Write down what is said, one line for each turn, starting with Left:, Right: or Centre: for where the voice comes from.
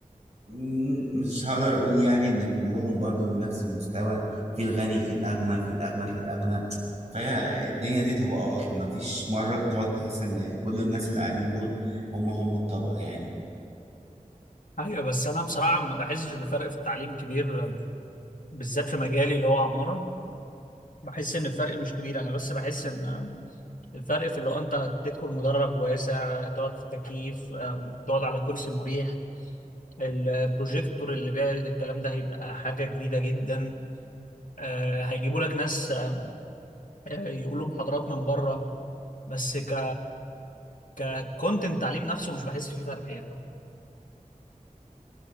Right: مم، مش هقدر اقول يعني ان كلهم برضو نفس المستوى في الغني في الاغنى في الاغنى في الاغنى فهي الدنيا دي طبقات ما فيش مرة بتقعد تحس ان كل الناس اللي قاعدين دول هم هم الطبقة يعني
Left: ايوه بس انا بصراحة ما بحسش بفرق في التعليم كبير بالذات في مجالي اللي هو عمارة بحس ان الفرق مش كبير انا بس بحس ان الفرق في اللي هو انت تدخل مدرج واسع تقعد في تكييف أم، تقعد على كرسي مريح البروجيكتور اللي بيعرض الكلام ده هيبقى حاجة جديدة جدا أه، هيجيبوا لك ناس أم، أه، يقولوا محاضرات من بره بس ك ككونتنت تعليم نفسه مش بحس فيه فرق يعني